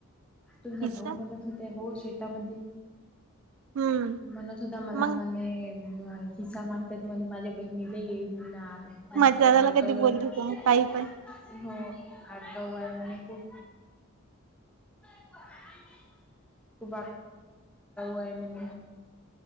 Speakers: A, in the centre; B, on the right.
A: तुमचा
B: किस्सा
A: भाऊ म्हणत होते, हो शेतामध्ये
B: हम्म
A: म्हणत होता. मला
B: मग
A: म्हणे, मय हिसा मागतात म्हणे, माझ्या बहिणीले <unintelligible> अच
B: माझ्या दादाला
A: आगाऊ
B: कधी बोलली
A: आहे
B: तुम्ही काही पण
A: हो, आगाऊ आहे म्हणे खूप. <unintelligible> <unintelligible> आहे म्हण.